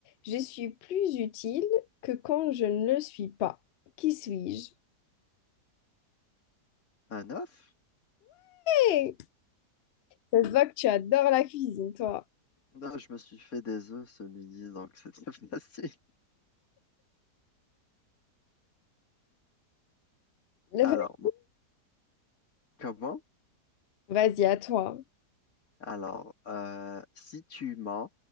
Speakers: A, on the left; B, on the left.
A: je suis plus utile que quand je ne le suis pas. Qui suis-je?
B: Un œuf?
A: Hey, ça se voit que tu adores la cuisine, toi.
B: Non, je me suis fait des œufs ce midi, donc c'était <laughs> facile.
A: Le
B: Alors,
A: fait-
B: mo- comment?
A: Vas-y, à toi.
B: Alors, euh, si tu m'as,